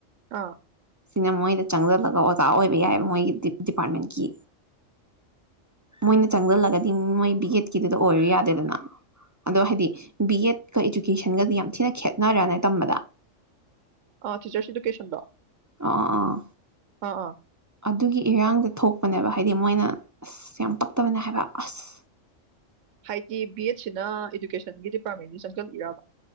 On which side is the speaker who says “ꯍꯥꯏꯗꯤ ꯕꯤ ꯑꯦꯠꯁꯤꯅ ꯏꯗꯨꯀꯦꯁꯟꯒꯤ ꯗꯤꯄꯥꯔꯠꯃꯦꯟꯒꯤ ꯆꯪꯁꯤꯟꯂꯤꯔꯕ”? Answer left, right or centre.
Right